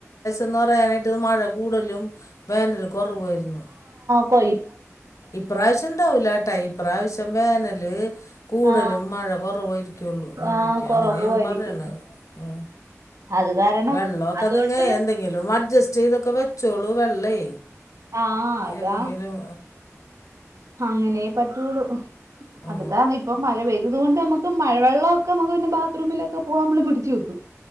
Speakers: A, on the left; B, on the right.
A: ന്ന് പറയാനായിട്ട് മഴ കൂടുതലും വേനല കുറവ് ആരുന്നു
B: കോ
A: ഇപ്രാവശ്യം ഇണ്ടാവൂല ട്ടാ ഇപ്രാവശ്യം വേനല് കൂടുതലും
B: ആ
A: മഴ കുറവായിരിക്കുള്ളു നോക്കിക്കോ
B: ആ കുറവായിരിക്കും
A: അങ്ങനെയാണ് പറയണത് ഉ
B: അത് കാരണം
A: വെള്ളോഒക്കെനിങേ
B: അതുകൊണ്ട്
A: എന്തെങ്കിലും മ അഡ്ജസ്റ്റ് ചെയ്ത്ഒക്കെ വെച്ചോളു വെള്ളേ
B: ആഹ് അതാ
A: ഏതെങ്കിലും
B: അങ്ങനെ പറ്റുള്ളൂ
A: ആ
B: അത് കാരണം ഇപ്പം മഴ പെയ് തതുകൊണ്ട് നമക്ക് മഴവെള്ളൊക്കെ നമുക്ക് പിന്നെ ബാത്റൂമിലൊക്കെ പോവാൻ നമ്മൾ പിടിച്ച് വെക്കും